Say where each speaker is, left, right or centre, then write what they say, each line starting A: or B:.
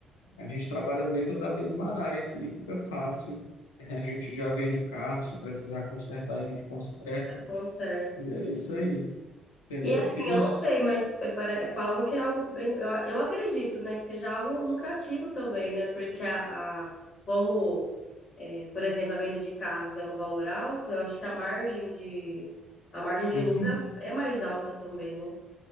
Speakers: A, on the left; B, on the left.
A: a gente trabalha dentro da mesma área aqui, fica fácil. A gente já vende o carro, se precisar consertar, a gente conserta.
B: Dá conserto.
A: E é isso aí, entendeu?
B: E assim,
A: E você?
B: eu não sei, mas pare- falam que é algo bem. Eu, eu acredito, né, que seja algo lucrativo também, né? Porque a, a- como, eh, por exemplo, a venda de carros é um valor alto, eu acho que a margem de a margem de
A: Uhum.
B: lucro é é mais alta também, né?